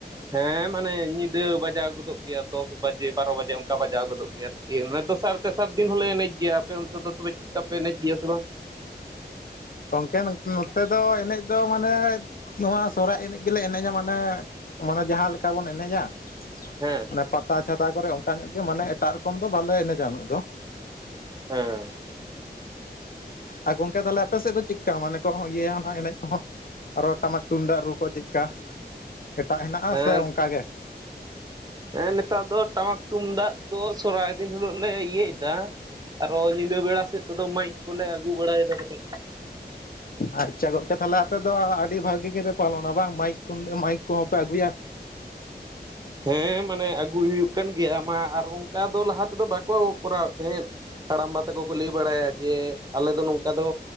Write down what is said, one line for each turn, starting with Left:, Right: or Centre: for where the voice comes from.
Right: ᱦᱮᱸ ᱢᱟᱱᱮ ᱧᱤᱫᱟᱹ ᱵᱟᱡᱟᱣ ᱜᱚᱫᱚᱜ ᱜᱮᱭᱟ ᱫᱚᱥ ᱵᱟᱡᱮ ᱵᱟᱨᱚ ᱵᱟᱡᱮ ᱚᱱᱠᱟ ᱵᱟᱡᱟᱣ ᱜᱚᱫᱚᱜ ᱜᱮᱭᱟ ᱾ ᱚᱱᱟ ᱫᱚᱥᱟᱨ ᱛᱮᱥᱟᱨ ᱫᱤᱱ ᱦᱚᱸᱞᱮ ᱮᱱᱮᱡ ᱜᱮᱭᱟ ᱟᱯᱮ ᱚᱱᱛᱮ ᱫᱚ ᱛᱚᱵᱮ ᱪᱮᱫ ᱞᱮᱠᱟᱯᱮ ᱮᱱᱮᱡ ᱜᱮᱭᱟ ᱥᱮ ᱵᱟᱝ?
Left: ᱜᱚᱝᱠᱮ ᱱᱚᱛᱮ ᱫᱚ ᱮᱱᱮᱡ ᱫᱚ ᱢᱟᱱᱮ ᱱᱚᱣᱟ ᱥᱚᱨᱦᱟᱭ ᱮᱱᱮᱡ ᱜᱮᱞᱮ ᱮᱱᱮᱡᱟ ᱢᱟᱱᱮ ᱢᱟᱱᱮ ᱡᱟᱦᱟᱸ ᱞᱮᱠᱟ ᱵᱚᱱ ᱮᱱᱮᱡᱟ ᱾
Right: ᱦᱮᱸ
Left: ᱚᱱᱮ ᱯᱟᱛᱟ ᱪᱷᱟᱛᱟ ᱠᱚᱨᱮ ᱚᱱᱠᱟ ᱧᱚᱜ ᱜᱮ ᱢᱟᱱᱮ ᱮᱴᱟᱜ ᱨᱚᱠᱚᱢ ᱫᱚ ᱵᱟᱞᱮ ᱮᱱᱮᱡᱟ ᱩᱱᱟᱹᱜ ᱫᱚ ᱾
Right: ᱦᱮᱸ
Left: ᱟᱨ ᱜᱚᱝᱠᱮ ᱛᱟᱦᱞᱮ ᱟᱯᱮᱥᱮᱫ ᱫᱚ ᱪᱮᱫᱠᱟ ᱢᱟᱱᱮ ᱠᱚ ᱦᱳᱭ ᱤᱭᱟᱹᱭᱟ ᱚᱱᱟ ᱮᱱᱮᱡ ᱠᱚᱦᱚᱸ ᱟᱨᱚ ᱴᱟᱢᱟᱠ ᱛᱩᱢᱫᱟᱜ ᱨᱩ ᱠᱚ ᱪᱮᱫᱠᱟ? ᱮᱴᱟᱜ ᱦᱮᱱᱟᱜ-ᱟ
Right: ᱦᱮᱸ
Left: ᱥᱮ ᱚᱱᱠᱟᱜᱮ?
Right: ᱦᱮᱸ ᱱᱮᱛᱟᱨ ᱫᱚ ᱴᱟᱢᱟᱠ ᱛᱩᱢᱫᱟᱜ ᱫᱚ ᱥᱚᱨᱦᱟᱭ ᱫᱤᱱ ᱦᱤᱞᱳᱜ ᱞᱮ ᱤᱭᱟᱹᱭ ᱫᱟ ᱾ ᱟᱨᱚ ᱧᱤᱫᱟᱹ ᱵᱮᱲᱟ ᱥᱮᱫ ᱛᱮᱫᱚ ᱢᱟᱭᱤᱠ ᱠᱚᱞᱮ ᱟᱹᱜᱩ ᱵᱟᱲᱟᱭᱮᱫᱟ ᱠᱟᱹᱴᱤᱡ ᱾
Left: ᱟᱪᱪᱷᱟ ᱜᱚᱝᱠᱮ ᱛᱟᱦᱞᱮ ᱟᱯᱮ ᱫᱚ ᱟᱹᱰᱤ ᱵᱷᱟᱹᱜᱤ ᱜᱮᱯᱮ ᱯᱟᱞᱚᱱᱟ ᱵᱟᱝ ᱢᱟᱭᱤᱠ ᱛᱩᱢᱫ ᱢᱟᱭᱤᱠ ᱠᱚᱦᱚᱸ ᱯᱮ ᱟᱹᱜᱩᱭᱟ
Right: ᱦᱮᱸ ᱢᱟᱱᱮ ᱟᱹᱜᱩᱭ ᱦᱩᱭᱩᱜ ᱠᱟᱱ ᱜᱮᱭᱟ ᱢᱟ ᱟᱨ ᱚᱱᱠᱟ ᱫᱚ ᱞᱟᱦᱟ ᱛᱮᱫᱚ ᱵᱟᱠᱚ ᱠᱚᱨᱟᱣᱮᱫ ᱛᱮᱦᱮᱸᱫ ᱾ ᱦᱟᱲᱟᱢᱵᱟ ᱛᱟᱠᱚ ᱠᱚ ᱞᱟᱹᱭ ᱵᱟᱲᱟᱭᱟ ᱡᱮ ᱟᱞᱮ ᱫᱚ ᱱᱚᱝᱠᱟ ᱫᱚ